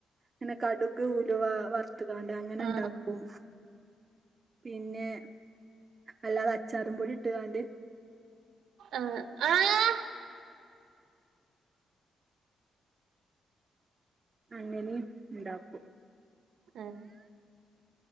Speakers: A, on the right; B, on the right.
A: ങ്ങനെ കടുക്, ഉലുവ, വർ ത്ത് കാണ്ട്, അങ്ങനെണ്ടാക്കും
B: ആഹ്
A: പിന്നെ, അല്ലാതെ അച്ചാറുംപൊടി ഇട്ട് കാണ്ട്
B: അഹ് ആഹ്...
A: അങ്ങനിം ണ്ടാക്കും.
B: എഹ്